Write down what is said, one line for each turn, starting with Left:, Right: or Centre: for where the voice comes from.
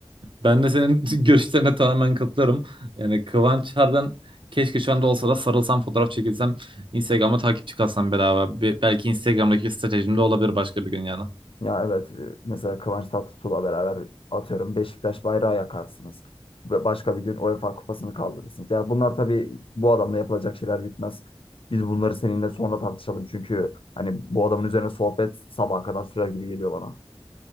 Right: Ben de senin <laughs> görüşlerine tamamen katılıyorum. Yani Kıvanç harbiden keşke şu anda olsa da sarılsam, fotoğraf çekilsem, Instagram'a takipçi kalsam beraber. Be- belki Instagram'daki stratejimde olabilir başka bir gün yani.
Left: Ya evet e, mesela Kıvanç Tatlıtuğ'la beraber atıyorum Beşiktaş bayrağı yakarsınız. Ve başka bir gün UEFA kupasını kaldırırsınız. Yani bunlar tabii bu adamla yapılacak şeyler bitmez. Biz bunları seninle sonra tartışalım. Çünkü hani bu adamın üzerine sohbet sabaha kadar sürer gibi geliyor bana.